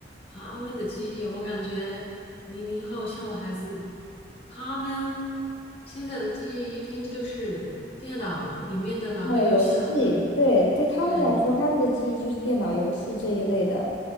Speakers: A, on the left (about 30°); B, on the left (about 85°).
A: 他们的记忆，我感觉零零后像我孩子，他们现在的记忆一天就是电脑里面的哪个游戏好玩，
B: 打游戏，对，对他们来说，
A: 对
B: 他们的记忆就是电脑游戏这一类的，